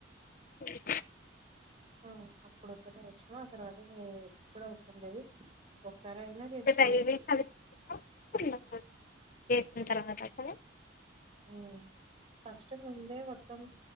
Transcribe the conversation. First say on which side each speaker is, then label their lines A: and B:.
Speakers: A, on the left; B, on the right.
A: <unintelligible>
B: ఆ అప్పుడొక్కటే అవసరం ఆ తర్వాత ఎ ఎప్పుడు అవసరం లేదు ఒక్కరైనా చేసుకోవచ్చు.
A: టే డైలీ కమిష్ ఆ చేసిన్ తర్వాత అసల్
B: ఉమ్ ఫస్ట్ ముందే మొత్తం